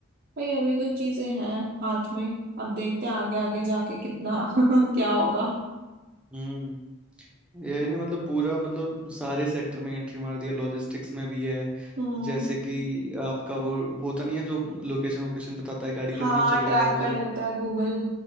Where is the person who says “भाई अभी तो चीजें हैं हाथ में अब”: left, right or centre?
Right